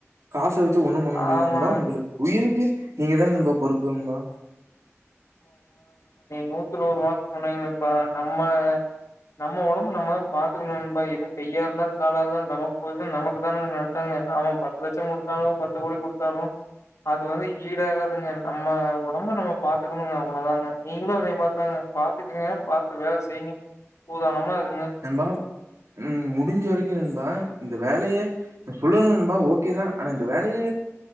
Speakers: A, on the right (about 85°); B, on the left (about 80°).
A: காச வச்சு ஒண்ணும் பண்ண முடியது
B: ஆமா
A: நண்பா உங்களுக்கு உயிருக் கு நீங்க தா நண்பா பொறுப்பு நண்பா
B: நூத்தல ஒரு வார்த்த சொன்னிங்க நண்பா நம்ம நம்ம உடம்பு நம்மதான் பாத்துக்கணும் நண்பா எது கையா இருந்தாலும் காலா இருந்தாலும் நமக்கு போய் நமக்கு தான நட்டங்க அவன் பத்து லட்சம் கொடுத்தாலு பத்து கோடி கொடுத்தாலு அது வந்து ஈடாகாதுங்க நம்ம உடம்ப நம்ம பாத்துக்கணும்ங்க அவ்வளவுதாங்க நீங்களு அதே மாரி தாங்க பாத்துக்கங்க பாத்து வேல செய்ங்க சூதனமா இருக்
A: நண்பா ம் முடிஞ்ச வரைக்கு நண்பா இந்த வேலைய சொல்லல நண்பா ஓகே தான் ஆனா இந்த வேலைய